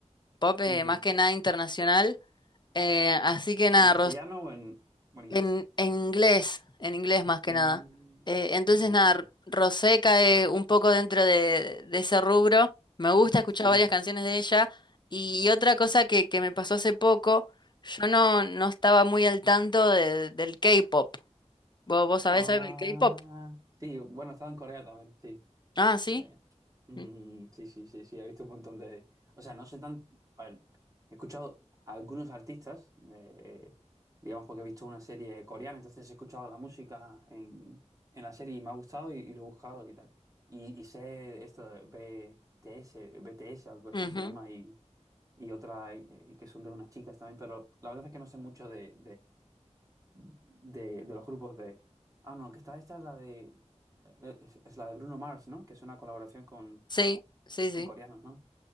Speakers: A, on the left (about 40°); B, on the right (about 30°).
A: pop eh,
B: Ujú.
A: más que nada internacional, eh, así que nada,
B: ¿Pero en castellano o en, o en inglés?
A: En, en inglés, en inglés más que
B: Mm,
A: nada. Eh, entonces,
B: vale,
A: nada,
B: vale.
A: Rosé cae un poco dentro de, de ese rubro. Me gusta escuchar
B: Sí.
A: varias canciones de ella. Y otra cosa que, que me pasó hace poco, yo no, no estaba muy al tanto de- del K-pop. ¿Vos, vos sabés
B: Ah,
A: algo del K-pop?
B: sí, bueno, estaba en Corea también, sí.
A: Ah, sí.
B: Eh, mm,
A: Mm,
B: sí, sí, sí, sí, he visto un montón de... O sea, no sé tan... a ver, he escuchado a algunos artistas, de- digamos porque he visto una serie coreana, entonces he escuchado la música en, en la serie y me ha gustado y, y lo he buscado y tal. Y, y sé esto de BTS, BTS, algo así
A: ujú.
B: se llama, y, y otra, y- y que son de unas chicas también, pero la verdad es que no sé mucho de de, de los grupos de... Ah, no, que esta, esta es la de... eh, eh, Es, es la de Bruno Mars, ¿no? Que es una colaboración con,
A: Sí, sí, sí.
B: con coreanos, ¿no?